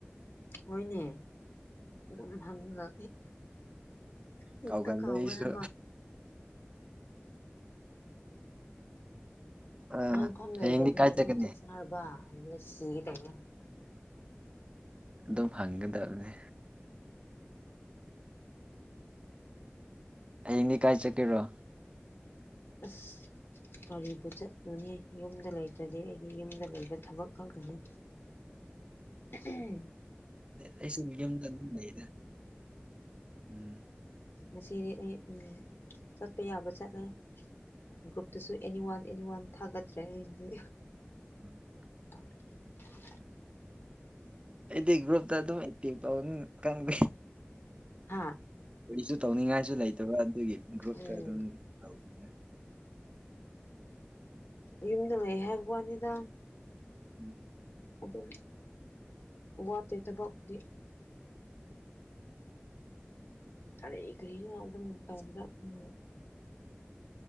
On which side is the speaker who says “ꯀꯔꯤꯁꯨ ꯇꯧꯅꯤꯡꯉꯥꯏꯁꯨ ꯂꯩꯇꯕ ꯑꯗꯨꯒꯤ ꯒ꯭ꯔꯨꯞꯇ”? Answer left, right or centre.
Right